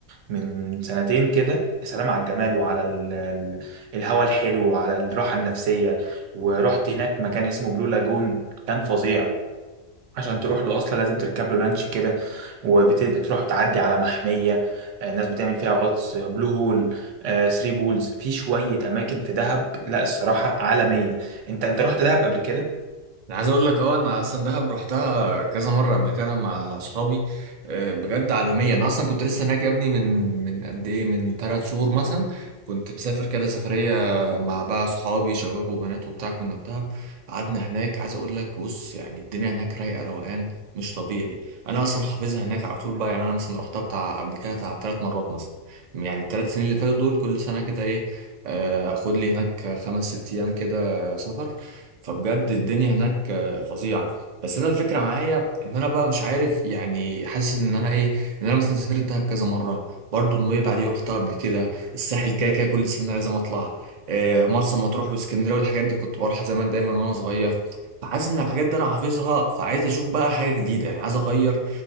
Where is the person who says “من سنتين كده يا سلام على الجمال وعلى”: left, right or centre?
Right